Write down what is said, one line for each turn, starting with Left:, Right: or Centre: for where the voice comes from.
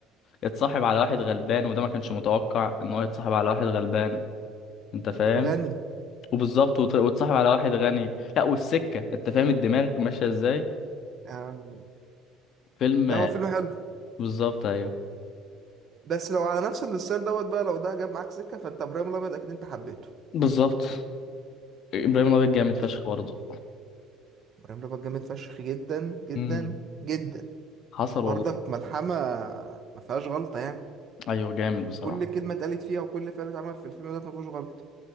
Left: اتصاحب على واحد غلبان وده ما كانش متوقع ان هو يتصاحب على واحد غلبان انت فاهم
Right: وغني
Left: وبالظبط وت- وتصاحب على واحد غني لا والسكه انت فاهم الدماغ ماشيه ازاي
Right: آه.
Left: فيلم
Right: لا
Left: آه،
Right: هو فيلم حلو
Left: بالظبط ايوه
Right: بس لو على نفس الستايل دوت بقى لو ده جاب معاك سكه فانت ابراهيم الابيض اكيد انت حبيته
Left: بالظبط ابراهيم الابيض جامد فشخ
Right: يبقى
Left: برضه
Right: ابراهيم الابيض جامد فشخ جدا جدا
Left: امم
Right: جدا
Left: حصل
Right: برضك
Left: والله
Right: ملحمه ما فيهاش غلطه يعني
Left: ايوه جامد بصراحه
Right: كل كلمة اتقالت فيها وكل فعل اتعمل في الفيلم دوت مفيهوش غلط